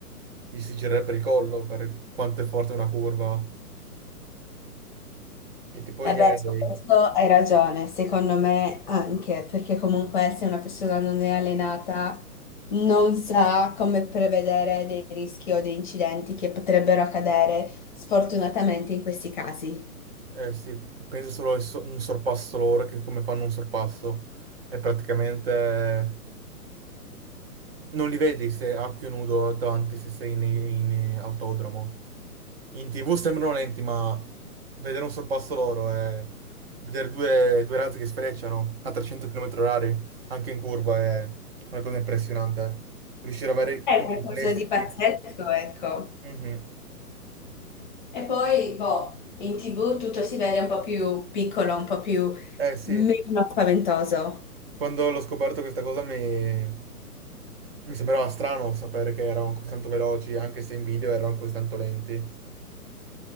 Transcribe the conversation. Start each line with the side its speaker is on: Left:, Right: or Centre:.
Right: Gli si girerebbe il collo per quanto è forte una curva. E tipo
Left: Eh
Right: gli
Left: beh,
Right: aerei.
Left: su questo hai ragione, secondo me anche, perché comunque se una persona non è allenata non sa come prevedere dei rischi o dei incidenti che potrebbero accadere sfortunatamente in questi casi.
Right: Eh sì, pensa solo a un so- un sorpasso loro che come fanno un sorpasso. È praticamente... Non li vedi se a occhio nudo davanti se sei in, in autodromo. In TV sembrano lenti, ma vedere un sorpasso loro e vedere due, due razzi che sfrecciano a 300 km orari, anche in curva, è una cosa impressionante. Riuscire ad avere
Left: È
Right: quei
Left: qualcosa
Right: riflessi.
Left: di pazzesco, ecco.
Right: Mhm.
Left: E poi, boh, in TV tutto si vede un po' più piccolo, un po' più
Right: Eh sì,
Left: meno spaventoso.
Right: quando l'ho scoperto questa cosa mi, mi sembrava strano sapere che erano così tanto veloci, anche se in video erano così tanto lenti.